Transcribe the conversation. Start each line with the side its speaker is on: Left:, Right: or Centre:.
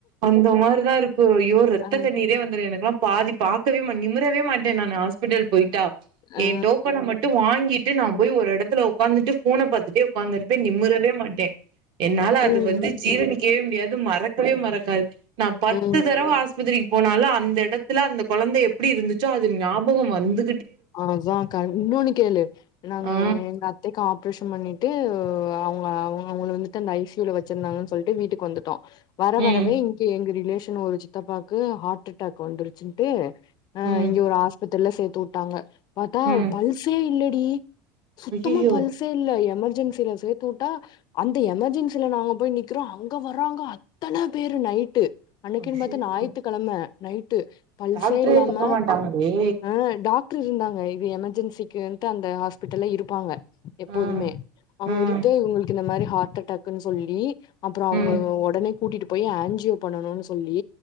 Right: அந்த மாரிதான் இருக்கும் ஐயோ ரத்த
Left: ஆ
Right: கண்ணீரே வந்துரும் எனக்லா பாதி பாக்கவே நிமிறவே மாட் நான் ஹாஸ்பிட்டல் போயிட்டா
Left: ஆ
Right: என் டோக்கன மட்டும் வாங்கிட்டு ட்டு நான் போய் ஒரு எடத்துல உகந்துட்டு போன பத்துட்டே அங்கபோய் நிமிறவே மாட்டேன் என்னால
Left: ம்
Right: அது வந்து ஜீரணிக்கவே முடியாது மறக்கவே மறக்காது நான் பத்து
Left: ம்
Right: தடவ ஆஸ்பத்திரி போனாலும் அந்த எடத்துல அந்த கொழந்தை எப்டி இருந்துச்சோ அது ஞாபகம் வந்து
Left: அதான் கா இன்னொன்னு கேளு நாங்க
Right: ஆ
Left: எங்க அத்தைக்கு ஆப்ரேஷன் பண்ணி ட்டு அவங்க அவங்க வந்து அத்த ஐசியூ ல வச்சிருந்தாங்கன்னு சொல்ட்டு வீட்டுக்கு வந்துட்டோம் வர வரவே
Right: ம்
Left: இங்க எங்க ரிலே ஒரு சித்தப்பாக்கு ஹார்ட் அட்டாக் வந்துருச்சுன்ட்டு ஆஹ்
Right: ம்
Left: இங்க ஒரு ஆஸ் பத்ரில்ல சேர்த்துட்டு விட்டாங்க பாத்த
Right: ம்
Left: பல்சே இல்ல டி சுத்தமா
Right: ஐயையோ
Left: பல்சே இல்ல எமர்ஜென் ஸுல சேர்த்து வுட்டா அந்த எமர்ஜென்சில நாங்க போய் நிக்கிறோ அங்க வர்றங்க அத்தன பேரு நைட்டு அன்னிக்குன்
Right: ஐயையோ
Left: பாத்து ஞாயித்துக்கிழம நைட்டு பல்சே
Right: டாக்டரே
Left: இல்லாம
Right: இருக்க மாட்டாங்களே
Left: ஆஹ் டா க்ட்ரு இருந்தாங்க இது எமர்ஜென்சிக்குந்ட்டு அந்த ஹாஸ்பிட்டல்ல இருப்பாங்க எப்போதுமே
Right: ம்
Left: அவுங்க
Right: ம்
Left: இருந்து இவுங்ளுக் இந்த மாரி ஹா ட்டடாக்குன் சொல்லி அப்புற அவுங்க
Right: ம்
Left: ஒடனே கூட்டிட்டு போய் ஆன்ஜியோ பண்ணணுன்னு சொல்லி